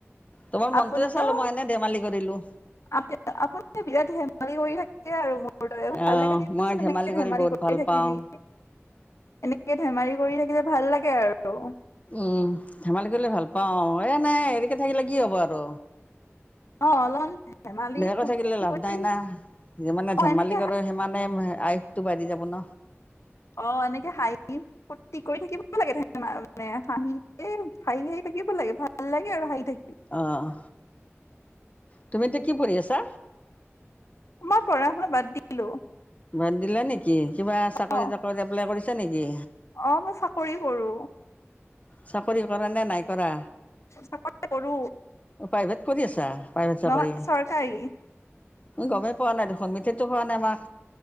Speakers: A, on the left; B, on the left.
A: তোমাৰ মনটোয়ে
B: আপুনিও
A: চালো মই এনে ধেমালি কৰিলো।
B: আপ আপুনি বিৰাট হেমালি কৰি থাকে আৰু
A: অ'
B: ভাল লাগেন
A: মই ধেমালি কৰি
B: ধেমাৰি
A: বহুত
B: গ
A: ভাল
B: থাকিলি,
A: পাওঁ।
B: এনেকে ধেমালি কৰি থাকিলে ভাল লাগে আৰু।
A: উম। ধেমালি কৰিলে ভাল পাওঁ এই নাই তেকে থাকিলে কি হব আৰু।
B: অ অলপমান ধেমালি
A: বেয়াকৈ
B: ফূৰ্তি
A: থাকিলে লাভ
B: কৰি
A: নাই না যিমানে
B: অ
A: ধেমালি
B: এনেকে
A: কৰে সিমানে আয়ুসটো বাঢ়ি যাব ন।
B: অ এনেকে হাহি ফূৰ্তি কৰি থাকিব লাগে মানে হাঁহি হাঁহি হাঁহি থাকিব লাগে ভাল লাগে আৰু হাঁহি থাকি
A: অ', তুমি এতিয়া কি পঢ়ি আছা?
B: মই পঢ়া শুনা বাদ দিলো।
A: বাদ দিলা নেকি, কিবা চাকৰি
B: অ
A: তাকৰি এপ্লাই কৰিছা নেকি?
B: অ মই চাকৰি কৰো
A: চাকৰি কৰা নে নাই কৰা
B: চাকৰি কৰো
A: উ প্ৰাইভেট কৰি আছা? প্ৰাইভেট চাকৰি
B: নহয় চৰকাৰী।
A: গমেই পোৱা নাই দেখোন মিঠো খোৱা নাই মাক।